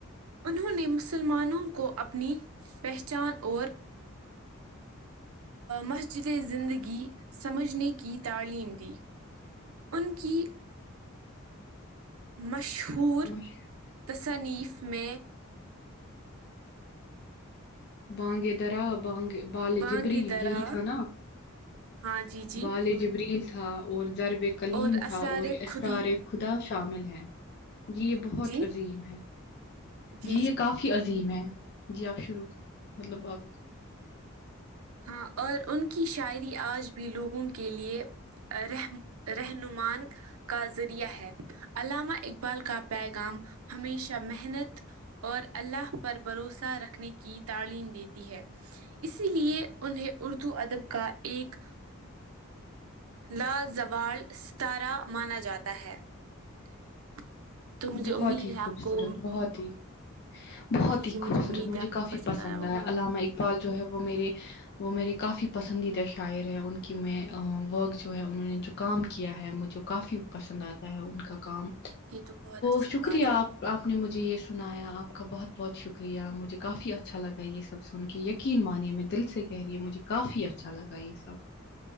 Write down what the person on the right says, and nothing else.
انہوں نے مسلمانوں کو اپنی پہچان اور مسجد اے زندگی سمجھنے کی تعلیم دی ان کی مشہور
تصنیف میں
بانگ
درا
ہاں جی جی
اور اسرار
خودی
جی
جی
ہاں اور ان کی شاعری آج بھی لوگوں کے لیے اہ رہم رہنمان کا ذریعہ ہے علامہ اقبال کا پیغام ہمیشہ محنت اور اللہ پر بھروسہ رکھنے کی تعلیم دیتی ہے اسی لیے انہیں اردو ادب کا ایک لا زوال ستارہ مانا جاتا ہے <inaudible> مجھے
امید
ہے
آپ کو
جی
جی
امید
ہے آپ کو
ہوگا
یہ تو بہت اچھی
بات
ہے